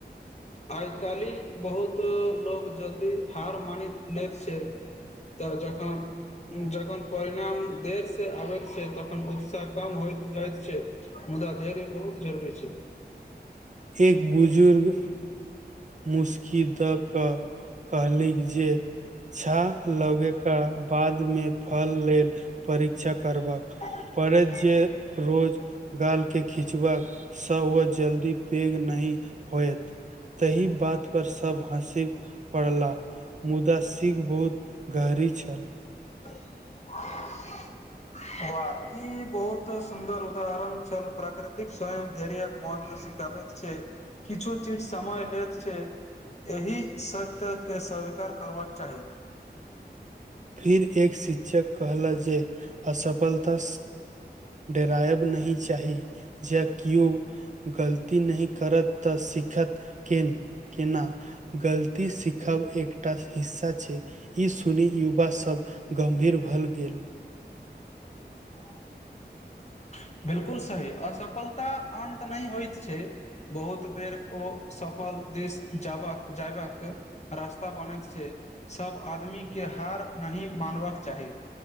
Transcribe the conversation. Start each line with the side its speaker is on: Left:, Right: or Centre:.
Left: आइ कालहि बहुत लोग जल्दी हार मानि लैत छै तऽ जन जखन परिणाम देर से आबैत छै तखन उत्साह कम होइत बुझाइत छै मुदा धैर्य बहुत जरूरी छै
Right: एक बुजुर्ग मुस्कि दऽ कऽ कहलि जे छा लगैके बादमे फल लेल परीक्षा करबाक
Left: छै
Right: पड़ैत जे रोज गालके खिचबाकासँ ओ जल्दी वेग नहि होएत तहि बात पर सब हँसी पड़ला मुदा सिख बहुत ग करै छल
Left: <unintelligible> वा ई बहुत सुन्दर उदाहरण छल प्राकृतिक स्वयं धैर्यक महत्व सबैत छै किछो चीज समय लैत छै एहि सत्यके स्वीकार करबाक चाही
Right: फिर एक शिक्षक कहला जे असफलता डरायब नहि चाही जे केओ गलती नहि करत तऽ सीखत केना गलती सीखब एकटा हिस्सा छै ई सुनी युवा सभ गम्भीर भ गेल
Left: <unintelligible> बिल्कुल सही असफलता अन्त नहि होइत छै बहुत बेर ओ सब फल देश जायबाक रास्ता बनैत छै सब आदमी के हार नहि मानबाक चाही